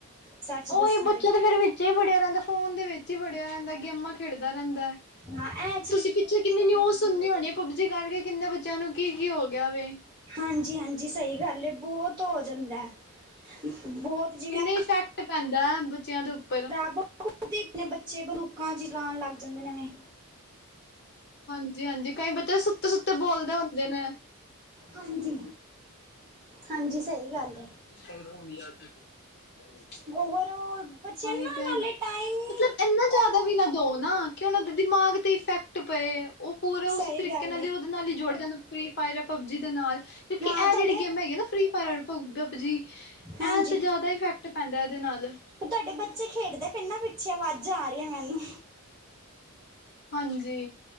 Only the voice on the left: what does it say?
ਉਹੀ ਬੱਚਾ
ਫੇਰ ਵਿੱਚ ਹੀ ਵੜਿਆ ਰਹਿੰਦਾ ਫੋਨ ਦੇ ਵਿੱਚ ਹੀ ਵੜਿਆ ਰਹਿੰਦਾ ਗੇਮਾਂ ਖੇਡਦਾ ਰਹਿੰਦਾ
ਤੁਸੀਂ ਪਿੱਛੇ ਕਿੰਨੀ ਨਿਊਜ਼ ਸੁਣੀ ਹੋਣੀ ਏ ਪਬਜੀ ਕਰਕੇ ਕਿੰਨੇ ਬੱਚਿਆਂ ਨੂੰ ਕੀ-ਕੀ ਹੋ ਗਿਆ ਵੇ।
ਇੰਨੇ ਹੀ ਇਫੈਕਟ ਪੈਂਦਾ ਬੱਚਿਆਂ ਦੇ ਉੱਪ
ਹਾਂਜੀ, ਹਾਂਜੀ ਕਈ ਬੱਚੇ ਸੁੱਤੇ-ਸੁੱਤੇ ਬੋਲਦੇ ਹੁੰਦੇ ਨੇ।
ਇੰਸਟਾਗ੍ਰਾਮ ਦੀ ਆਦਤ <inaudible>
ਉਹੀ
ਤੇ
ਮਤਲਬ ਇਨਾ ਜ਼ਿਆਦਾ
ਵੀ ਨਾ ਦੋ ਨਾ ਕਿ ਉਹਨਾਂ ਦੇ ਦਿਮਾਗ ਤੇ ਇਫੈਕਟ ਪਏ ਉਹ ਪੂਰਾ ਉਸ
ਤਰੀਕੇ
ਨਾਲ
ਈ ਓ ਨਾਲ ਹੀ ਜੋੜ ਜਏ ਨਾ ਫਰ੍ਹੀ ਫਾਇਰ ਪਬਜੀ ਦੇ ਨਾਲ ਕਿਉਂਕਿ
ਇਹ
ਜੇੜੀ ਗੇਮਾ ਹੈਗੀਆ ਨਾ ਫ੍ਰਰੀ ਫਾਇਰ ਪਬਜੀ
ਐਂ ਤੇ ਜਿਆਦਾ ਇਫੈਕਟ ਪੈਂਦਾ ਏਦੇ ਨਾਲ।
ਹਾਂਜੀ।